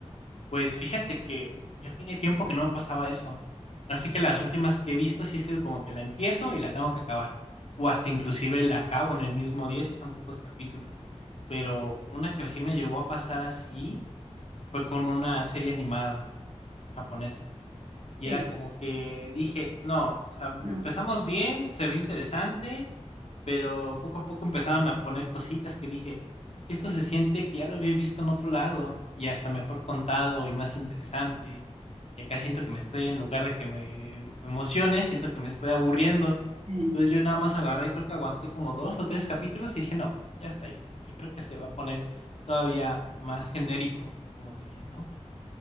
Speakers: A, on the left; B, on the right.
A: Pues fíjate que ya tiene tiempo que no me pasaba eso. Así que las últimas que he visto sí ha sido como que la empiezo y la tengo que acabar. O hasta inclusive la acabo en el mismo día si son pocos capítulos. Pero una que sí me llegó a pasar así fue con una serie animada japonesa. Y
B: Sí,
A: era como que dije, no, o sea, empezamos
B: no.
A: bien, se ve interesante, pero poco a poco empezaron a poner cositas que dije, es que esto se siente que ya lo había visto en otro lado y hasta mejor contado y más interesante. Y acá siento que me estoy, en lugar de que me emocione, siento que me estoy aburriendo.
B: Sí.
A: Entonces yo nada más agarré y creo que aguanté como dos o tres capítulos y dije, no, ya está ahí, porque creo que se va a poner todavía más genérico, como diría, ¿no?